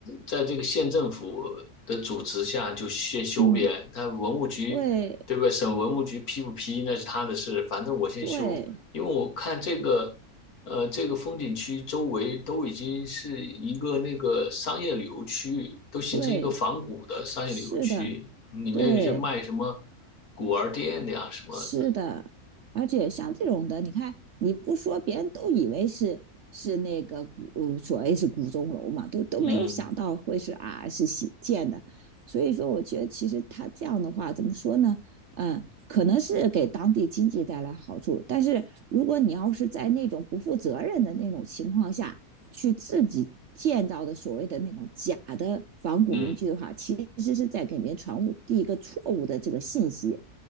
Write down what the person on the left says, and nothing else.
在这个县政府的主持下就先修边，
他文物局对吧？
省文物局批不批那是他的事，反正我先修，
因为我看这个，呃，这个风景区周围都已经是一个那个商业旅游区域都形成一个仿古的商业旅游区，
里面有一些卖什么
古玩店的呀什么的，
嗯
嗯，